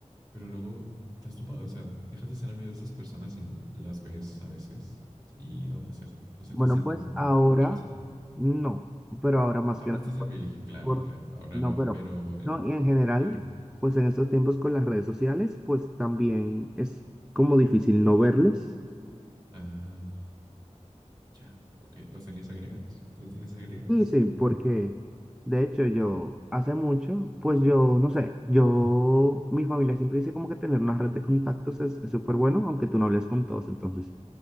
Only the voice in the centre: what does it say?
Bueno,
pues ahora
no, pero ahora más
que nada,
pues,
por-
no,
pero
no, y en general,
pues en estos tiempos con las redes sociales, pues también es como difícil no verlos.
Sí, sí, porque de hecho yo hace mucho, pues yo no sé, yo, mi familia siempre dice como que tener una red de contactos es es súper bueno, aunque tú no hables con todos, entonces